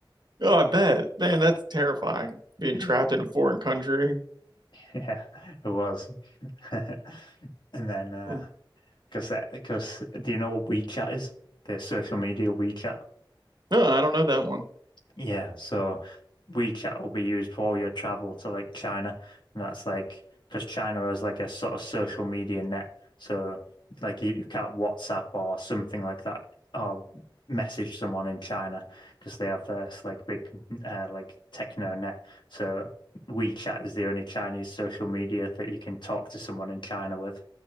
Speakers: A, on the right; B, on the left.
A: Oh, I bet. Man, that's terrifying. Being
B: <laughs>
A: trapped in a foreign country.
B: Yeah, it was. <laughs> And then uh
A: Oh,
B: because because do you know what WeChat is? The social media WeChat.
A: uh, I don't know that one.
B: Yeah, so WeChat will be used for all your travel to like China, and that's like because China has like a sort of social media net, so like you, you can't WhatsApp or something like that or message someone in China because they have this like big uh, like techno net. So WeChat is the only Chinese social media that you can talk to someone in China with.